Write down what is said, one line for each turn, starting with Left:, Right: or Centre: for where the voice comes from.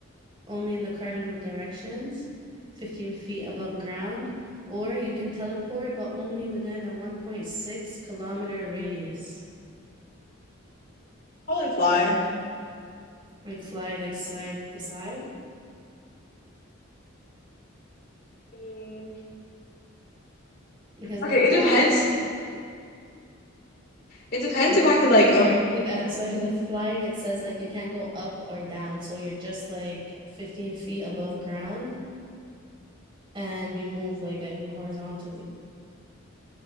Right: only in the cardinal directions, 15 feet above ground, or you can teleport, but only within a 1.6 kilometer radius.
Left: Probably fly.
Right: Like fly like side to side
Left: Mm,
Right: because
Left: Okay,
Right: the
Left: it
Right: flying
Left: depends. It depends
Right: like
Left: if I could like. Uh,
Right: sorry <laughs> yeah sorry the flying it says like you can't go up or down so you're just like 15 feet above ground and you move like um, horizontally.